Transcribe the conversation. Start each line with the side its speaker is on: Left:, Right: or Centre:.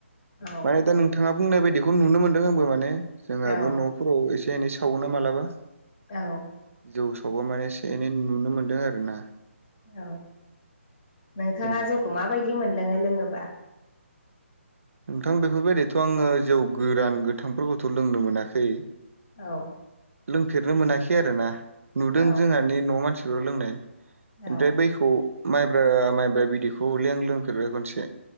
Left: औ
Right: माने दा नोंथाङा बुंनाय बायदिखौ नुनो मोन्दों आंबो माने जोंहाबो
Left: औ
Right: न' फोराव एसे एनै सावोना मालाबा।
Left: औ
Right: जौ सावबा माने एसे एनै नुनो मोन्दों आरोना।
Left: औ नोंथाङा
Right: औ
Left: जौखौ माबायदि मोनलोङो लोङोबा?
Right: नोंथां बेफोरबायदिथ' आङो जौ गोरान गोथांफोरखौथ' लोंनो मोनाखै।
Left: औ
Right: लोंफेरनो मोनाखै आरो ना नुदों
Left: औ
Right: जोंहानि न' मानसिफोर लोंनाय।
Left: औ
Right: ओमफ्राय बैखौ माइब्रा माइब्रा बिदैखौ हले आं लोंफेरबाय खनसे।